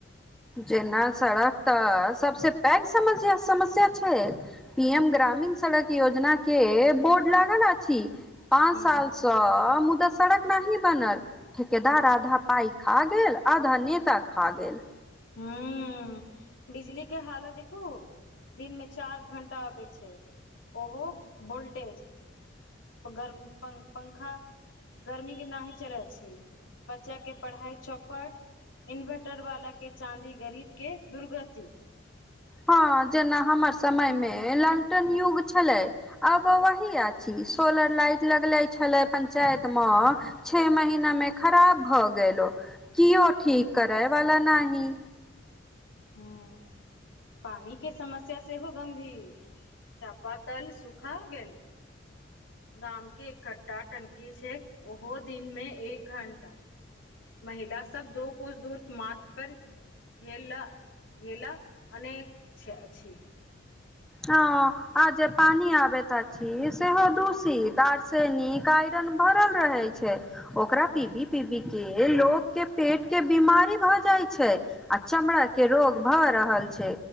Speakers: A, in the centre; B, on the left.
A: जेना सड़क त सबसे पैघ समस्या छै। पी एम ग्रामीण सड़क योजना के बोर्ड लागल अछि। पाँच
B: हूँ
A: सालसँ मुदा सड़क नहि बनल। ठेकेदार
B: हूँ
A: आधा पाई खा गेल आधा नेता खा गेल।
B: हुं। बिजली के हालत देखू दिनमे चार घंटा आबै छै। ओहो वोल्टेज गरम प पंखा गर्मीके नही चलै छै। बच्चाके पढ़ाइ चौपट इन्वर्टरवलाके चाँदी, गरीबके दुर्गति।
A: हँ जेना हमर समय मे लालटेन युग छलै। आब वही अछि, सोलर लाइट लगले छले पंचायत मे छे महीना मे खराब भ गेल ओ, कियो ठीक करय वला नहि।
B: हँ। पानी के समस्या सेहो गंभीर चापाकल सुखा गेल। गामके एकठ्ठा टंकी छै ओहो दिनमे एक घण्टा। महिला सब दो कोस दूर माथ पर घैला घैला अनैत अछि।
A: हं आ जे पानी आबैत अछि, सेहो दूषित आरसेनीक। आयरन भरल रहे छै ओकरा पीबी पीबी के लोको के पेट के बीमारी भ जाइ छै आ चमड़ा के रोग भए रहल छै।